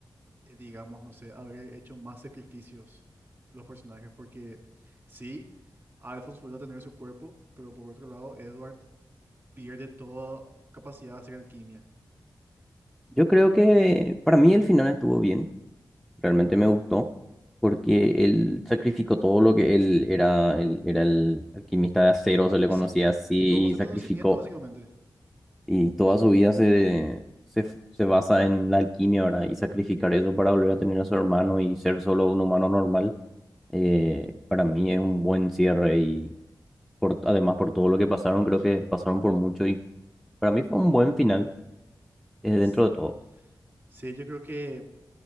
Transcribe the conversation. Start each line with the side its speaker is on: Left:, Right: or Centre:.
Right: eh, digamos, no sé, haber hecho más sacrificios los personajes? Porque sí, Alphonse vuelve a tener su cuerpo, pero por otro lado, Edward pierde toda capacidad de hacer alquimia.
Centre: Yo creo que para mí el final estuvo bien, realmente me gustó, porque él sacrificó todo lo que él era, él era el alquimista de acero, se le
Right: Sí,
Centre: conocía así,
Right: todo su
Centre: y sacrificó,
Right: conocimiento, básicamente.
Centre: y toda su vida se, se, se basa en la alquimia, ahora Y sacrificar eso para volver a tener a su hermano y ser solo un humano normal, eh, para mí es un buen cierre por, además por todo lo que pasaron, creo que pasaron por mucho y para mí fue un buen final, eh, dentro
Right: S-
Centre: de todo.
Right: Sí, yo creo que